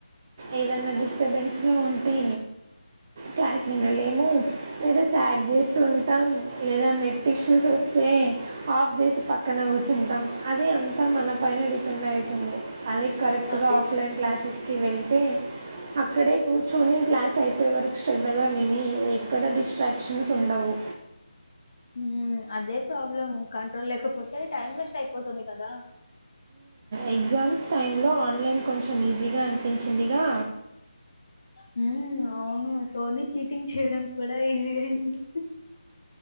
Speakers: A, on the right; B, on the left.
A: ఏదనా డిస్టర్బెన్స్గా ఉంటే క్లాస్ వినలేము స్ట్ చేస్తూ ఉంటాం లేదా నెట్ ఇష్యూస్ వస్త వస్తే ఆఫ్ చేసి పక్కన కూర్చుంటాం అది అంతా మన పనే డిపెండ్ అవుతుంది అదే కరెక్ట్
B: అదే
A: గా ఆఫ్లైన్ క్లాసెస్కిి వెళ్ళి అ అ ఇక్కడ కూర్చొని క్లాస్ అయిపో వరకు శ్రద్ధగా విని ఎక్కడ డిస్ట్రాక్ట్ ఆప్కన్స్ ఉండవు
B: హ్మ్ అదే ప్రాబ్లం కంట్రోల్ లేకపోతే టైం వెస్ట్ అయిపోతుంది కదా
A: ఎగ్జామ్స్ టైంలో ఆన్లైన్ కొంచెం ఈజీగా అనిపించిందిగా
B: హ్మ్ అవును సోనీ చీటింగ్ చేయడం కూడా ఈజీ అయింది